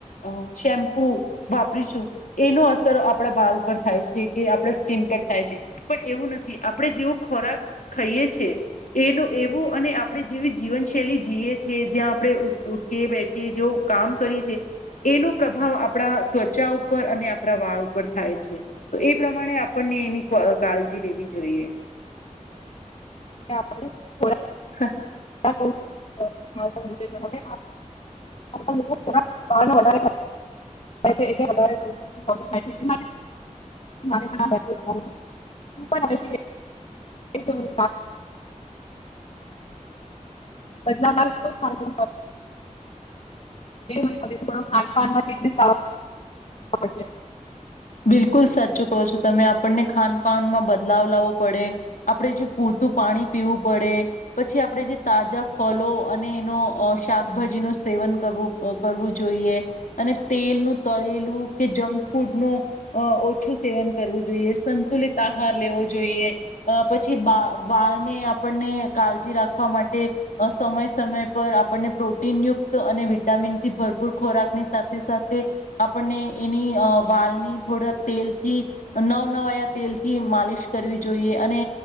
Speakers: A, on the left; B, on the left.
A: અહ શેમ્પુ વાપરીશું એનો અસર આપણા બાલ પર થાય છે કે આપણા સ્કિન પર થાય છે. પણ એવું નથી આપણે જેવો ખોરાક ખાઈએ છે એ એવું અને આપણે જેવી જીવનશૈલી જીએ છી જ્યાં આપણે ઉસ ઉઠીએ બેઠીએ જેવું કામ કરીએ છીએ એનો પ્રભાવ આપણા ત્વચા ઉપર અને આપણા વાળ ઉપર થાય છે. તો એ પ્રમાણે આપણને એની કા-કાલજી લેવી જોઈએ.
B: એ આપણે ખોરા
A: હા.
B: <inaudible> પ છે એટલે વધારે નું. <unintelligible> <unintelligible> <unintelligible> બદલાવાના ને શું થાય છે. મને હ થોડો ખાન પાાનમાં ચેન્જીસ આવ આ બંને
A: બિલકુલ સાચું કહો છો તમે આપણને ખાનપાનમાં બદલાવ લાવવો પડે આપણે જો પૂરતું પાણી પીવું પડે પછી આપણે જે તાજા ફલો અને એનો શાકભાજીનું સેવન કરવું કરવું જોઈએ અને તેલનું તળેલું કે જંક ફૂડનું અ ઓછું સેવન કરવું જોઈએ સંતુલિત આહાર લેવો જોઈએ પછી બા વાળને આપણને કાળજી રાખવા માટે સમય સમય પર આપણને પ્રોટીનયુક્ત અને વિટામિનથી ભરપૂર ખોરાકની સાથે સાથે આપણને એની વાળની થોડા તેલથી નવ નવાયા તેલથી માલિશ કરવી જોઈએ અને